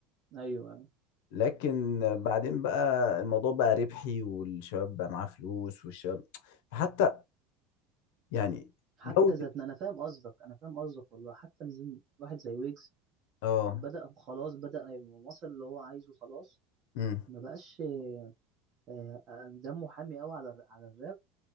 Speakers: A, on the right (about 35°); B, on the left (about 70°).
A: ايوه ايوه
B: لكن بعدين بقى الموضوع بقى ربحي والشباب بقى معاه فلوس والشباب حتى يعني
A: حتى
B: جودة
A: ذاتنا انا فاهم قصدك انا فاهم قصدك والله حتى من زم- واحد زي ويجز
B: اه
A: بدأ خلاص بدأ يبقى وصل اللي هو عايزه خلاص
B: امم
A: ما بقاش آه، آه، دمه حامي قوي على الر- على الراب